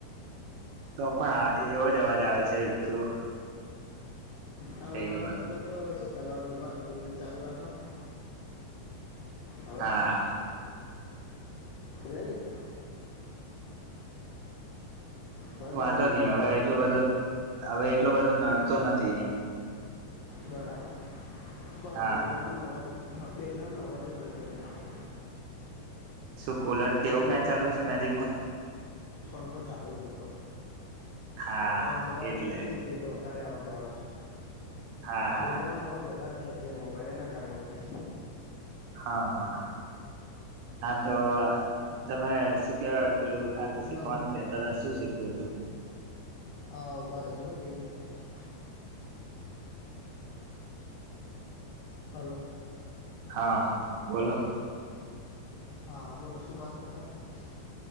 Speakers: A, on the right (about 80°); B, on the left (about 80°).
A: તો પણ આ એવો જ અવાજ આવે છે જો.
B: હા,
A: થઈ ગયો બંધ
B: તો તો શું કરવાનું ઉભા રો બે મિનિટ ચાલુ રાખોને. હવે,
A: હા
B: રેડી. હવે બેકગ્રાઉન્ડનો
A: વાંધો ની
B: અવાજ
A: હવે
B: નથી આવતો
A: એટલું બધું હવે એટલુ બધો નડતો નથી એમ.
B: બરાબર, પર
A: હા
B: બેગ્રાઉન્ડ નો અવાજ હધું. બેકગ્રાઉન્ડ નો અવાજ જ બંધ કરી નાખો.
A: શું કુલર કે
B: હવે
A: એવું
B: બિલકુલ
A: કાઈ ચાલુ
B: નહીં
A: છે
B: આવે
A: નજીકમાં?
B: પંખો ચાલુ છે ઉપર,
A: હા
B: પણ આ મોબાઈલમાં
A: એટલે
B: કેવું છે કે વ વધારે અવાજ આવે હે,
A: હા હા
B: બેકગ્રાઉન્ડનો અવાજ વધારે ખેંચે હે મોબાઈલ એના કારણે એવું થાય.
A: હા. હા. હા તો તમે શું કેવાય પેલુ? કાંક શીખવાનું
B: હલો
A: કેતાતા શું શીખવુંતું?
B: આ ઉભા રહેજો હો બે મિટ ખાલી. હાલો,
A: હા. બોલો.
B: હા. બોલો શું વાત કરતા હતા?